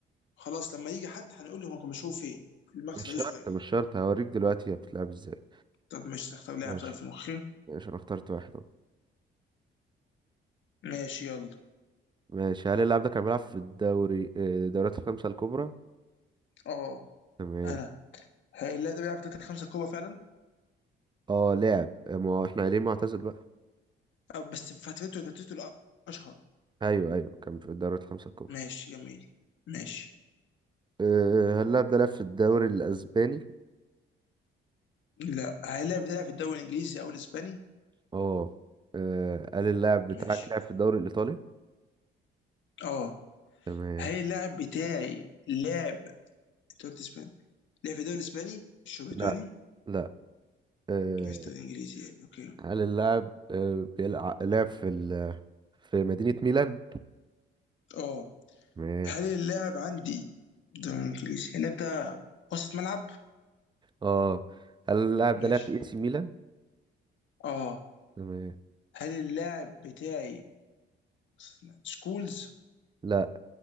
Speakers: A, on the left (about 70°); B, on the right (about 25°).
A: خلاص لما يجي حد هنقول له هو كان مشهور فين؟ المقصد
B: مش
A: اي
B: شرط
A: سؤال
B: مش شرط هوريك دلوقتي هي بتلعب ازاي
A: طب ماشي نختار لاعب
B: ماشي
A: طيب في مخي
B: ماشي انا اخترت واحد اهو.
A: ماشي يلا
B: ماشي هل اللاعب ده كان بيلعب في الدوري اه، الدوريات الخمسة الكبرى
A: اه
B: تمام
A: انا اللاعب ده بيلعب في الدوري الخمسه الكبرى فعلا
B: اه لعب اه، ما هو احنا قايلين معتزل بقى
A: آه، بس فترته فترته الاشهر
B: ايوه ايوه كان في الدوريات الخمسة الكبرى
A: ماشي جميل ماشي
B: اه، هل اللاعب ده لعب في الدوري الاسباني
A: لا هل اللاعب ده بيلعب في الدوري الانجليزي او الاسباني؟
B: اه اه، هل اللاعب بتاعك
A: ماشي
B: لعب في الدوري الايطالي
A: اه
B: تمام
A: هل اللاعب بتاعي لعب انت قلت اسباني لعب في الدوري الاسباني مش هو بريطاني
B: لا لا آه،
A: مش دوري انجليزي يعني اوكي
B: هل اللاعب آه، بيلعب لعب في ال... في مدينة ميلان
A: اه
B: تمام
A: هل اللاعب عندي دوري انجليزي هل اللاعب ده وسط ملعب
B: اه هل اللاعب
A: ماشي
B: ده لعب في اي سي ميلان
A: اه
B: تمام
A: هل اللاعب بتاعي وسط ملعب؟ سكولز
B: لا